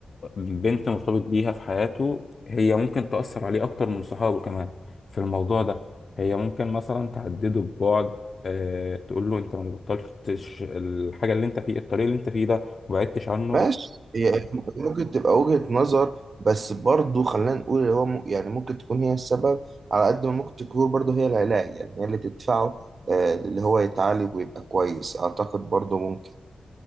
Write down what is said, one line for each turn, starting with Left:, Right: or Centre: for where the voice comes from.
Left: بنت مرتبط بيها في حياته هي ممكن تأثر عليه اكتر من صحابه كمان في الموضوع ده هي ممكن مثلا تهدده ببعد أه تقول له انت ما بطلتش الحاجه اللي انت فيه الطريق اللي انت فيه ده وبعدتش عنه
Right: ماشي هي ممكن تبقى وجهة نظر بس برضه خلينا نقول اللي هو م- يعني ممكن تكون هي السبب على قد ما ممكن تكون برضه هي العلاج يعني هي اللي تدفعه آه، اللي هو يتعالج ويبقى كويس أعتقد برضه ممكن